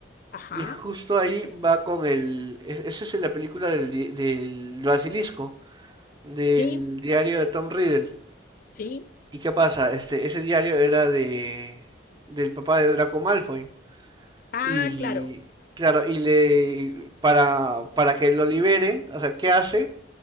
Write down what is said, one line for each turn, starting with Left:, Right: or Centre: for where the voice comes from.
Left: ajá.
Right: Y justo ahí va con el, e- esa es la película del, di- del basilisco, del
Left: Sí,
Right: diario de Tom Riddle.
Left: sí.
Right: ¿Y qué pasa? Este, ese diario era de del papá de Draco Malfoy.
Left: Ah,
Right: Y
Left: claro.
Right: claro, y le para para que lo liberen, o sea, ¿qué hace?